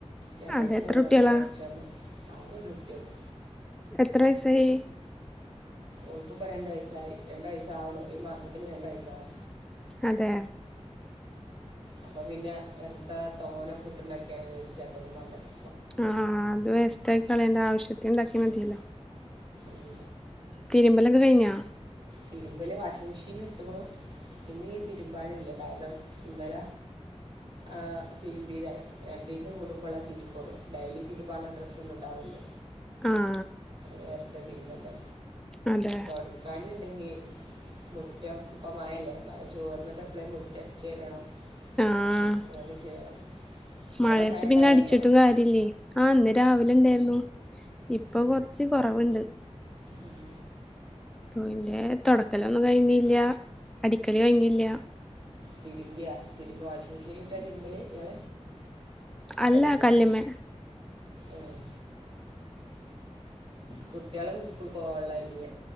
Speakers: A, on the right (about 50°); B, in the centre.
A: ഞമ്മക്ക്
B: അതെ എത്ര
A: മൂന്നാക്കു
B: കുട്ടികളാ
A: കൊർച്ച ആകെ ഒരുട്ടിള്ളൂ.
B: എത്രവയസായി?
A: ഉൾക്കിപ്പോൾ രണ്ട് വയസ്സായി രണ്ട് വയസ്സാവുണു ഈ മാസത്തക്ക് രണ്ട് വയസ്സാവും.
B: അതെ
A: അപ്പോപിന്നെ വെറുതെ തോന ഫുഡ് ഉണ്ടാക്കിയാണ് വേസ്റ്റ ആക്കൊന്നും മാണ്ടല്ല.
B: അഹ് ആഹ് അത് വാസ്റ്റ്യി കളയണ്ട ആവശ്യത്തിന് ണ്ടാക്കിയ
A: ഉം.
B: മതിയല്ലോ.
A: ഉം
B: തിരുമ്പലൊക്കെ കഴിഞ്ഞാ
A: തിര്മ്പല് വാഷിംങ്മിഷീന് ഇട്ട്ക്ണു ഇന്നീതിരുമ്പാനില്ല. കാരണംഇന്നല ആഹ് തിരുമ്പിയതാണ് രണ്ടീസം കൂടുമ്പോളാത്തിരുമ്പോളൂ ഡെയ്ലി തിരുമ്പാല്ല ഡ്രസ്സൊന്നുംണ്ടാവേല്ല.
B: ആഹ്
A: വെറ്തെ തിര്ബെണ്ടേ
B: അതെ
A: തൊട്‌ ക്കാന്ണ്ടെങ്കി മുറ്റംഇപ്പം മഴല്ലേ മഴ ചോർന്നിട്ട്എപ്പളേം മു റ്റട്ചേരണം <unintelligible>
B: ആഹ്
A: ചെയ്യണം.
B: മഴയത്ത്
A: അവിടെ മഴ
B: പിന്നെഅടിച്ചിട്ടും
A: ഉണ്ടാവില്ല
B: കാര്യല്ലേയ് ആഹ് ഇന്ന് രാവിലെഇണ്ടായിരുന്നു. ഇപ്പൊകൊർച്ച് കൊറവ്ണ്ട്.
A: ഉം
B: പൊ യിന്റെ തൊടക്കലൊന്നും കഴിഞ്ഞില്ല അടിക്കല്കഴിഞ്ഞില്ല
A: തിരുമ്പിയ തിരുമ്പവാഷിംങ് മിഷീനില്ട്ടാ തിരുമ്പല്ഇയാൾ.
B: അല്ല
A: കല്ലുമ്മല
B: കല്ലുമ്മേ
A: ഏഹ് കുട്ടിയാൾന്നു സ്കൂൾക്ക് പോആൻള്ളെല്ലേ.